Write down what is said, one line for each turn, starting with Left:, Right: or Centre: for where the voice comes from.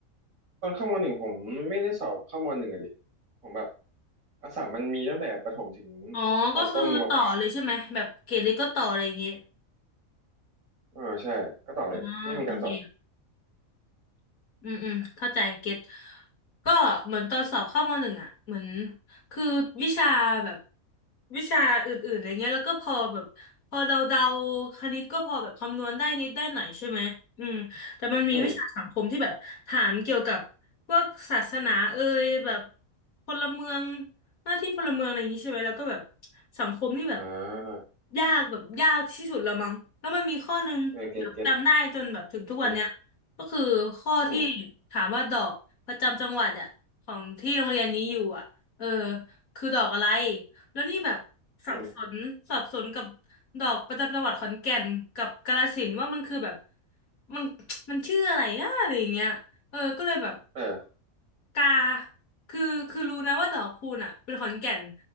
Right: ตอนเข้ามหนึ่งผมไม่ได้สอบเข้ามหนึ่งอะดิผมแบบอัสสัมมันมีตั้งแต่ประถมถึง
Left: อ๋อ
Right: มต้นมปลาย
Left: ก็คือต่อเลยใช่ไหม แบบเกรดเล็กก็ต่อเลยอย่างเงี้ย
Right: อ่าใช่ก็ต่อเลยไม่มีการสอบ
Left: อ่าโอเค อืมอืมเข้าใจเก็ตก็เหมือนตอนสอบเข้ามหนึ่งอ่ะเหมือนคือวิชาแบบวิชาอื่นๆอะไรเงี้ยแล้วก็พอแบบพอเดาๆคณิตก็พอแบบคำนวณได้นิดได้หน่อยใช่ไหมอืมแต่มันมีวิชาสังคมที่แบบถามเกี่ยวกับพวกศาสนาเอ่ยแบบ
Right: อืม
Left: พลเมืองหน้าที่พลเมืองอะไรอย่างนี้ใช่ไหมแล้วก็แบบสังคมนี่แบบ
Right: อ่า
Left: ยากแบบยากที่สุดแล้วมั้งแล้วมันมีข้อหนึ่งแบบจำได้จนแบบถึงทุกวันเนี้ย
Right: เออเก็ตเก็ตอืม
Left: ก็คือข้อที่
Right: อืม
Left: ถามว่าดอกประจำจังหวัดอะของที่โรงเรียนนี้อยู่อะเออคือดอกอะไรแล้วนี่แบบสับสนสับสนกับ
Right: อืม
Left: ดอกประจำจังหวัดขอนแก่นกับกาฬสินธุ์ว่ามันคือแบบมันมันชื่ออะไรนะอะไรอย่างเงี้ยเออก็เลยแบบ
Right: เออ
Left: กาคือคือรู้นะว่าดอกคูณอะเป็นขอนแก่น